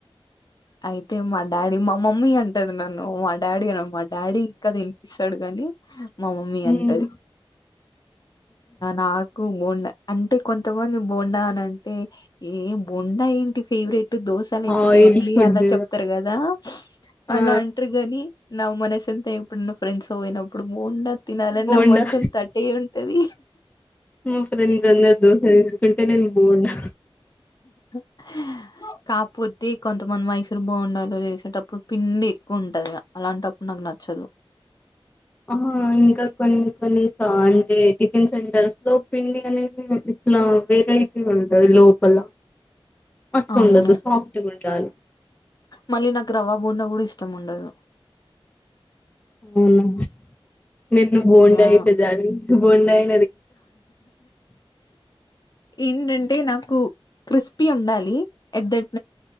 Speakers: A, on the left; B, on the left.
A: అయితే మా డాడీ మా మమ్మీ అంటాది నన్ను డాడీ అన మా డాడీ ఇంకా తినిపిస్తాడు గాని మా మమ్మీ
B: హ్మ్
A: అంటది నాకు బోండా అంటే కొంతమంది బొండా అని అంటే ఏ బొండా ఏంటి ఫేవరెట్ దోస
B: ఆయిల్
A: ఇడ్లీ
B: ఫుడ్
A: అలా చెప్తారు కదా
B: ఆ
A: అలా అంటారు కానీ మనసు ఎంత ఎప్పుడున్న ఫ్రెండ్స్ పోయినప్పుడు బోండా తినాలని
B: బోండా
A: నా మనసంతా అటే ఉంటది.
B: మా ఫ్రెండ్స్ అందరు దోస తీసుకుంటే నేను బోండా
A: <inaudible> కాపోతే కొంతమంది మైసూర్ బోండా లో చేసేటప్పుడు పిండి ఎక్కువ ఉంటది అలాంటప్పుడు నాకు నచ్చదు
B: <inaudible> ఆ ఇంకా కొన్ని కొన్ని అంటే టిఫిన్ సెంటర్స్ లో పిండి అనే అట్లా వెరైటీగా ఉంటది లోపల అట్లా
A: అవును.
B: ఉండదు సాఫ్ట్గా ఉండాలి.
A: మళ్ళీ నాకు రవ్వ బోండా కూడా ఇష్టం ఉండదు.
B: అవునా నేను బోండా
A: యాహ్!
B: అయితే డైరెక్ట్ బొండాయే
A: ఏంటంటే నాకు క్రిస్పీ ఉండాలి ఎట్ దట్